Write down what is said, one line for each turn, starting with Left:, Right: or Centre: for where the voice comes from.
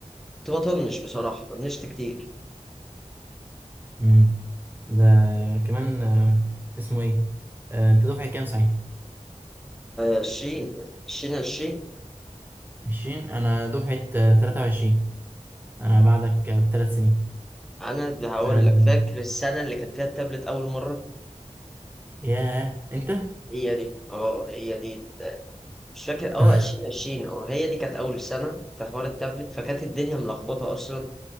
Centre: كنت بطنش بصراحه طنشت كتير
Right: مم. ده كمان آه، اسمه ايه آه، انت دفعة كام صحيح
Centre: عشرين عشرين عشرين
Right: 20 انا دفعة آه، 23 انا بعدك آه، بثلاث سنين
Centre: انا اللي هقول
Right: آه،
Centre: لك فاكر السنه اللي كان فيها التابلت اول مره
Right: ياه انت
Centre: هي دي اه هي دي مش فاكر اه
Right: <laughs>
Centre: 2020 اه هي دي كانت اول سنه في حوار التابلت فكانت الدنيا ملخبطه اصلا